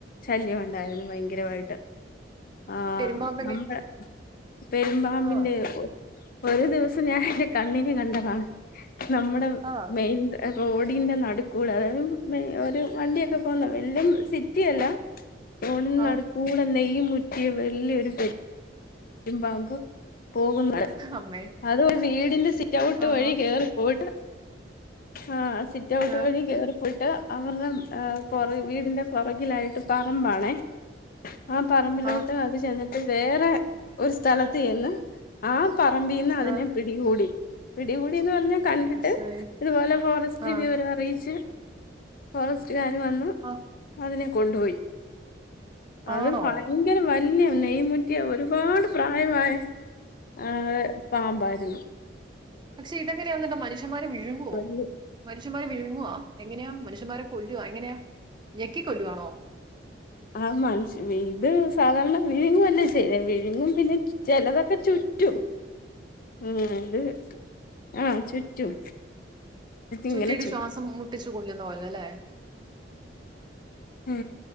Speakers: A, on the left; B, on the right.
A: ശല്യം ഉണ്ടാരുന്നു ഭയങ്കരമായിട്ട് ആ
B: പെരുമ്പാമ്പനെ
A: നമ്മ പെരുമ്പാമ്പിന്റെയോ
B: ആ
A: ഒരു ദിവസം ഞാൻ എൻ കണ്ണിന് കണ്ടതാണ് നമ്മുടെ
B: ആ
A: മെയിൻ എ റോഡിന്റെ നടുക്കുടെ അതായത് ഒരു വണ്ടിയൊക്കെ പോവന്ന വല്ല സിറ്റി യല്ല റോഡിൻ
B: ആ
A: നടക്കൂടെ ന്നയ് ഈ മുറ്റി വല്യരു ത് ഇമ്പാമ്പ് പോകുന്നത്
B: അമ്മേ
A: അത് ഒരു വീടിന്റെ സിറ്റ് ഔട്ട്
B: ആഹാ
A: വഴി കേറിപ്പോട്ട് ആ സിറ്റ് ഔട്ട്
B: ആ
A: വഴി കേറി പോയിട്ട് അവർടെ ഹേ പുറ വീടിന്റെ പുറകിലായിട്ട് പറമ്പാണേ ആ പറമ്പിലോട്ട്
B: ആ
A: അത് ചെന്നി ട്ട് വേറെ ഒരു സ്ഥലത്ത് ചെന്ന് ആ പറബീന്ന് അതിനെ
B: ആ
A: പിടികൂടി പിടികൂടിന്ന് പറ നെ കണ്ടിട്ട്
B: ഈശോയെ
A: ഇതുപോലെ ഫോറസ്റ്റിൽ
B: ആ
A: വിവരം അറിയിച്ച് ഫോറസ്റ്റ് റ്റ്കാർ വന്ന്
B: ആ
A: അതിനെ കൊണ്ടുപോയി അത്
B: ആണോ
A: ഭയങ്കരം വല്യ നെയ്യ് മുറ്റിയ ഒ രുപാട് പ്രായവായ ആ പാമ്പാരുന്നു
B: പക്ഷെ ഇതങ്ങനെ വന്നിട്ട് മനുഷ്യമാരെ വിഴു
A: <unintelligible>
B: നുഷ്യന്മാരെ വിഴുങ്ങുവോ എങ്ങനെയാ മനുഷ്യമാരെ കൊല്ലുവോ എങ്ങനെയാ ഞെക്കി കൊല്ലുവാണോ
A: ആ മനുഷ്യ ഇത് സാധാരണ വിഴുങ്ങുവല്ലേ ചെയ്യല് വിഴുങ്ങും പിന്നെ ചിലതൊക്കെ ചുറ്റും ഉം ഇത് ആ ചുറ്റും.
B: ചുറ്റിയിട്ട്
A: ഇങ്ങനെ ചു
B: ശ്വാസം മുട്ടിച്ചു കൊല്ലുന്ന പോലെ അല്ലേ
A: മ്